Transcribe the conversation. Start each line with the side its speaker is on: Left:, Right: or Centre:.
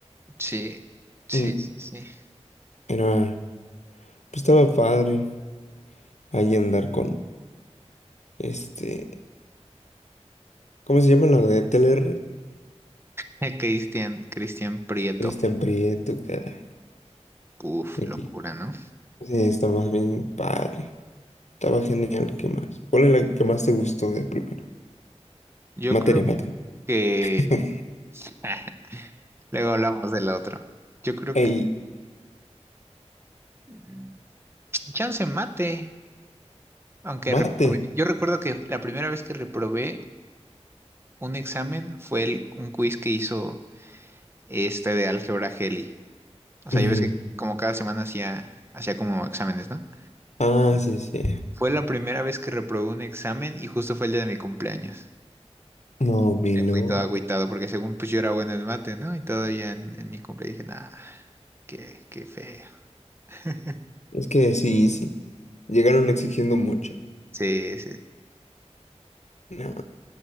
Right: Sí, sí,
Left: Mm,
Right: sí, sí. <laughs>
Left: Era, pues estaba padre ahí andar con este. ¿Cómo se llama la de Teller?
Right: Eh, Cristian, Cristian Prieto.
Left: Cristian Prieto, caray.
Right: Uf,
Left: Aquí.
Right: locura, ¿no?
Left: Sí, está más bien padre. Estaba genial. ¿Qué más? ¿Cuál es la que más te gustó de primero?
Right: Yo
Left: Materia,
Right: creo
Left: materia.
Right: que...
Left: <laughs>
Right: <laughs> Luego hablamos del otro. Yo creo
Left: Ey,
Right: que... mm, Chance mate. Aunque
Left: mate.
Right: reprobé. Yo recuerdo que la primera vez que reprobé un examen fue el- un quiz que hizo este de álgebra Heli. O sea,
Left: Ujú.
Right: ya ves que como cada semana hacía, hacía como exámenes, ¿no?
Left: Ah, sí, sí.
Right: Fue la primera vez que reprobé un examen y justo fue el día de mi cumpleaños.
Left: No, mi
Right: Me
Left: loco.
Right: fui todo agüitado porque según pues yo era bueno en mate, ¿no? Y todavía en, en mi cumpleaños dije, nah, qué, qué feo. <laughs>
Left: Es que sí, sí. Llegaron exigiendo mucho.
Right: Sí, sí.
Left: No.